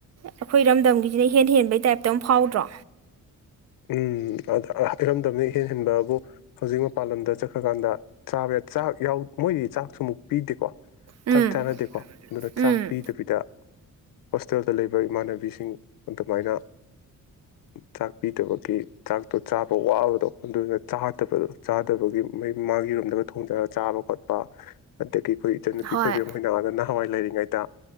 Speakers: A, on the right; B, on the left.
A: ꯑꯩꯈꯣꯏ ꯏꯔꯝꯗꯝꯒꯤꯁꯤꯅ ꯍꯦꯟ ꯍꯦꯟꯕꯩ ꯇꯥꯏꯞꯇ ꯑꯃ ꯐꯥꯎꯗ꯭ꯔꯣ
B: ꯎꯝ ꯏꯔꯝꯗꯝꯅ ꯏꯍꯦꯟ ꯍꯦꯟꯕꯕꯨ ꯍꯧꯖꯤꯛ ꯃꯄꯥꯟ ꯂꯝꯗ ꯆꯠꯈ꯭ꯔꯀꯥꯟꯗ ꯆꯥꯕ ꯆꯥꯛ ꯃꯣꯏꯗꯤ ꯆꯥꯛꯁꯨ ꯑꯃꯨꯛ ꯄꯤꯗꯦꯀꯣ
A: ꯎꯝ
B: ꯆꯥꯛ ꯆꯥꯅꯗꯦꯀꯣ ꯑꯗꯨꯅ
A: ꯎꯝ
B: ꯆꯥꯛ ꯄꯤꯗꯕꯤꯗ ꯍꯣꯁꯇꯦꯜꯗ ꯂꯩꯕ ꯏꯃꯥꯟꯅꯕꯤꯁꯤꯡ ꯑꯗꯨꯃꯥꯏꯅ ꯆꯥꯛ ꯄꯤꯗꯕꯒꯤ ꯆꯥꯛꯇꯣ ꯆꯥꯕ ꯋꯥꯕꯗꯣ ꯑꯗꯨꯗꯨꯅ ꯆꯥꯗꯕꯗꯣ ꯆꯥꯗꯕꯒꯤ ꯃꯥꯒꯤꯔꯣꯝꯗꯒ ꯊꯣꯡꯖꯔꯒ ꯆꯥꯕ ꯈꯣꯠꯄ ꯑꯗꯒꯤ ꯑꯩꯈꯣꯏ ꯏꯆꯟꯅꯨꯄꯤ
A: ꯍꯣꯏ
B: ꯈꯣꯏꯕꯤ ꯃꯈꯣꯏꯅꯉꯗ ꯅꯍꯥꯟꯋꯥꯏ ꯂꯩꯔꯤꯉꯩꯗ